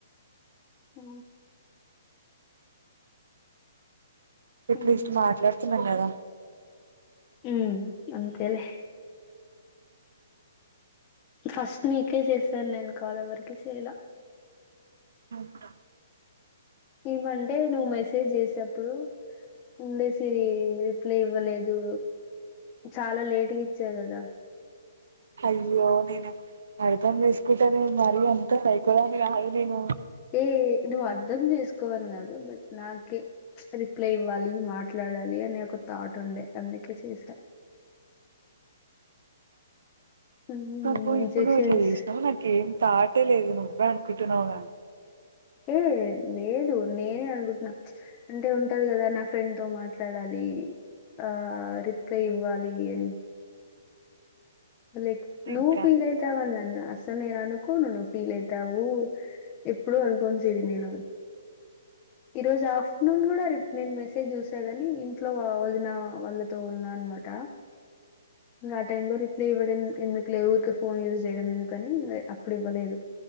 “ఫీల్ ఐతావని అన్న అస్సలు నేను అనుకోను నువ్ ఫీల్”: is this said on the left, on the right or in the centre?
Left